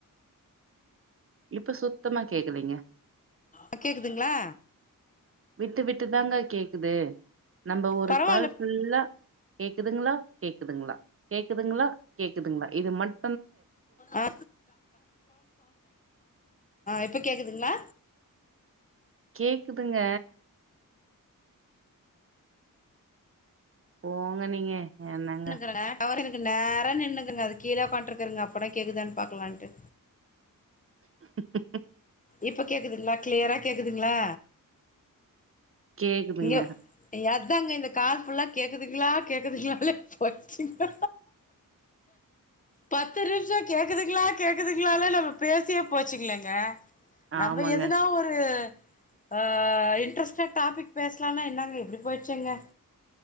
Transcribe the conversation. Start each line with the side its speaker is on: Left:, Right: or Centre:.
Right: இப்ப சுத்தமா கேக்கலைங்க.
Left: அ கேக்குதுங்ளா?
Right: விட்டு விட்டுதாங்க கேக்குது. நம்ப ஒரு
Left: பரவால்ல
Right: கால் ஃபுல்லா கே கேக்குதுங்களா கேக்குதுங்களா கேக்குதுங்களா கேக்குதுங்களா இது மட்
Left: ஆ இப் ப கேக்குதுங்களா?
Right: கேக்குதுங்க. போங்க நீங்க.
Left: <inaudible>
Right: என்னங்க
Left: டவரு என க்கு நே ரா நின்னுர்க்குங்க அதுக்கு கீழயே ஒக்காண்ட்டு இருக்கறங்க அ ப்பட கேக்குதான்னு பாக்கலான்ட்டு
Right: ம் ம்
Left: இப்ப கேக்குதுங்களா கிளியரா கேக்குதுங்களா
Right: கேக்குதுங்க
Left: இங்க அதாங்க இந்த கால் ஃபுல்லா கேக்குதுங்களா கேக்குதுங்களா இல்லப் போசிங்க பக் த்து நிமிஷம் கேக்குதுங்களா கேக்குதுங்களால நம்ம பேசியே போச்சுங்களேங்க நம்ம
Right: ஆமாங்க
Left: எதுனா ஒரு அ இட்ரெஸ்ட்டா டாபிக் பேசலானா என்னாங்க இப்பிடி போயிசேங்க